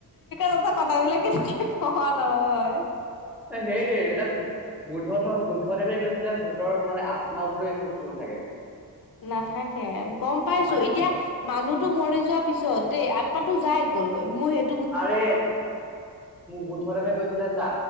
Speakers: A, on the left (about 65°); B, in the centre.
A: তহঁতৰ কথাাবিলাক কেনেকে কৱ নহয়।
B: অ সেইটোৱে এতিয়া বুদ্ধ বুদ্ধদেৱে কৈছিলে ভূতৰ মানে আত্মাবোৰো একো বস্তু নাথাকে।
A: নাথাকে গম পাইছো
B: নাথাকে
A: এতিয়া মানুহটো মৰি যোৱা পিছত দেই আত্মাটো যাই ক'লৈ মোৰ সেই
B: আৰে বুদ্ধদেৱে কৈছিলে চা